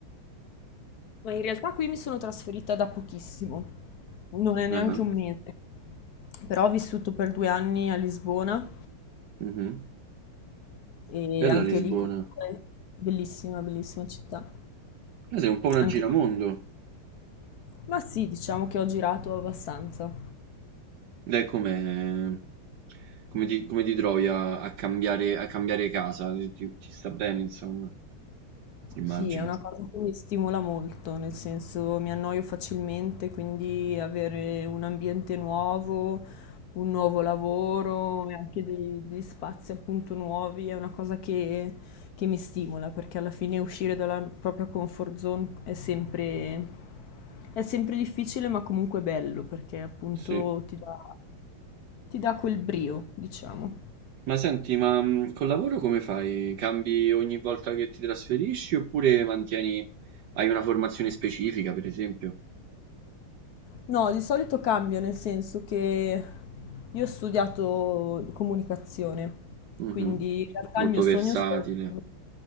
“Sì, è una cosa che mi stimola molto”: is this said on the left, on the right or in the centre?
Left